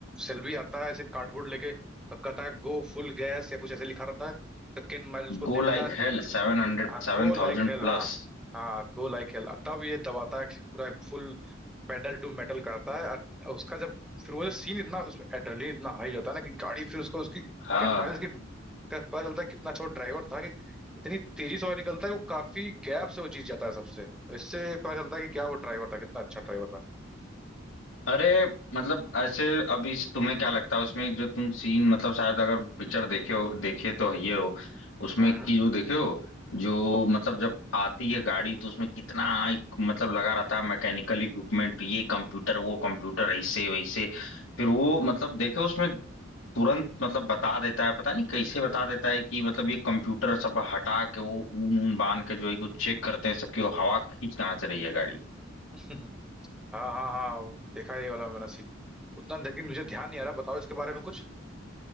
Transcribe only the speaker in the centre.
सेल्वी आता है ऐसे कार्डबोर्ड लेके और कहता है गो फुल गैस या कुछ ऐसे लिखा रहता है तो केन माइल्स उसको देखता
है
हाँ
गो लाइक
हेल
हाँ हाँ गो लाइक हेल तब ये दबाता है पूरा फुल पेडल टू मेटल करता है और उसका जब फिर वो जो सीन इतना उसमें एड्रेनलिन इतना हाई रहता है ना कि गाड़ी फिर उसका उसकी
कैन माइल्स की का पता चलता है कितना अच्छा ड्राइवर था कि इतनी तेजी से वो निकलता है वो काफी गैप से वो जीत जाता है सबसे तो इससे पता चलता है कि क्या वो ड्राइवर था कितना अच्छा ड्राइवर था
हम्म
<laughs> हाँ हाँ हाँ वो देखा है ये वाला मैंने सीन उतना लेकिन मुझे ध्यान नहीं आ रहा बताओ इसके बारे में कुछ